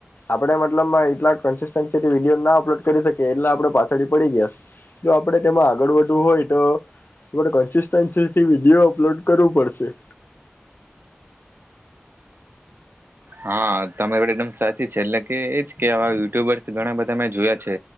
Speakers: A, on the left (about 55°); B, on the right (about 60°).
A: આપણે મતલબમાં એટલા કન્સિસ્ટન્સીથી વિડીયો ના અપલોડ કરી શકીએ એટલા આપણે પાછળી પડી ગયા છે જો આપણે તેમાં આગળ વધવું હોય તો આપણે કન્સિસ્ટન્સીથી વિડિયો અપલોડ કરવું પડશે.
B: હા તમારી વાત એકદમ સાચી છે એટલે કે એજ કે આવા યુટ્યુબર્સ ઘણા બધા મેં જોયા છે